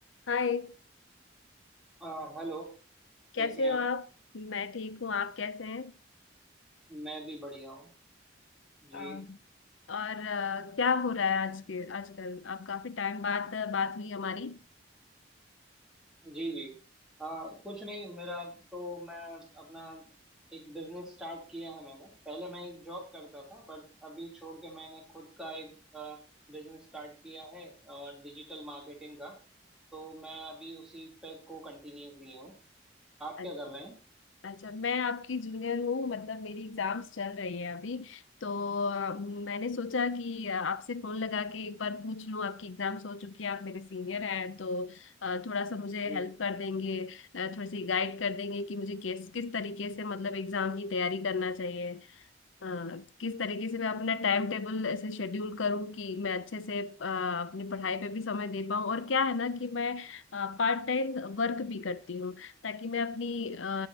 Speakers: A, on the left; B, in the centre.
A: हाय
B: आ, hello
A: कैसे
B: कैसी हैं आप
A: हो आप मैं ठीक हूँ आप कैसे हैं
B: मैं भी बढ़िया हूँ जी
A: अ, और अ, क्या हो रहा है आज के आजकल आप काफी टाइम बाद बात हुई हमारी
B: जी जी आ, कुछ नहीं मेरा तो मैं अपना एक बिजनेस स्टार्ट किया है मैंने पहले मैं एक जॉब करता था बट अभी छोड़ के मैंने खुद का एक बिजनेस स्टार्ट किया है और डिजिटल मार्केटिंग का तो मैं अभी उसी पे को कंटिन्यू किया हूँ आप
A: अच्छा
B: क्या कर रहे हैं
A: अच्छा, मैं आपकी जूनियर हूँ मतलब मेरी एग्जाम्स चल रही है अभी तो अ, मैंने सोचा कि अ, आपसे फोन लगा के एक बार पूछ लूँ आपकी एग्जाम्स हो चुकी है आप मेरे सीनियर हैं तो अ, थोड़ा सा मुझे
B: जी
A: हेल्प कर देंगे अ, थोड़ी सी गाइड कर देंगे कि मुझे किस किस तरीके से मतलब एग्जाम की तैयारी करना चाहिए हाँ, किस तरीके से मैं अपना टाइम टेबल ऐसे शेड्यूल करूँ कि मैं अच्छे से आ, अपनी पढ़ाई पे भी समय दे पाऊँ और क्या है ना कि मैं पार्ट टाइम वर्क भी करती हूँ ताकि मैं अपनी आ,